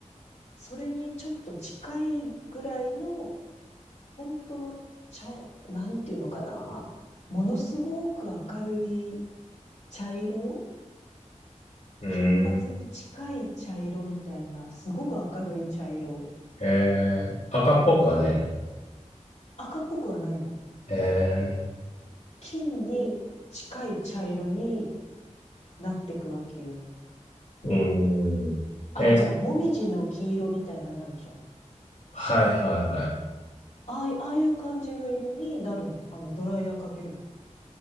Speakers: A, on the left; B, on the left.
A: それにちょっと近いぐらいの、本当の茶、なんていうのかな。ものすごく明るい茶色
B: うん。
A: 金髪に近い茶色みたいな、すごく明るい茶色。
B: へえ、赤っぽくはないの
A: 赤っぽくはないの。
B: へえ、
A: 金に近い茶色になっていくわけよ。
B: うん。
A: あの、
B: え、
A: ほら、もみじの黄色みたいななるじゃん。
B: はいはいはい。
A: ああい、ああいう感じの色になるの。あの、ドライヤーかけると。